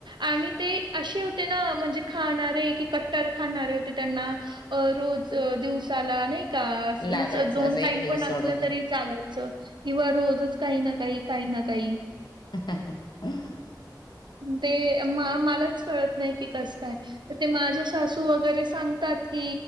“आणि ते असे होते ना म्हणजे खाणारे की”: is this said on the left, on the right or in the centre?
Right